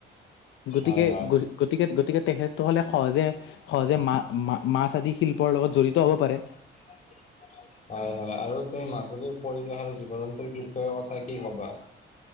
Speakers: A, on the left; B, on the left.
A: গতিকে,
B: হয় হয়
A: গ। গতিকে, গতিকে, তেখেতসকলে সহজে সহজে মা মা মাছ আদি শিল্পৰ লগত জড়িত হ'ব পাৰে!
B: <unintelligible> হয়! হয়! আৰু তুমি মাজুলীৰ পৰিৱেশ আৰু জীৱ জন্তুৰ বিষয় কথা কি কবা?